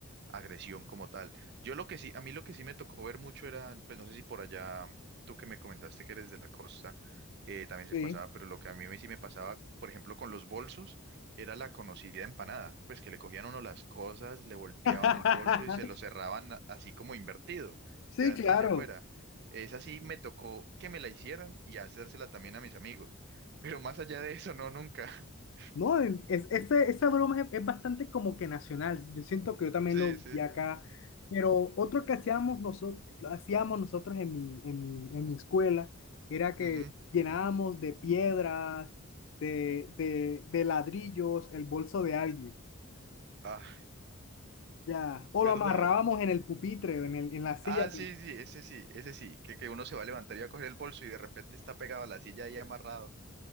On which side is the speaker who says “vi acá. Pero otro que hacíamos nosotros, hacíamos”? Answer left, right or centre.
Left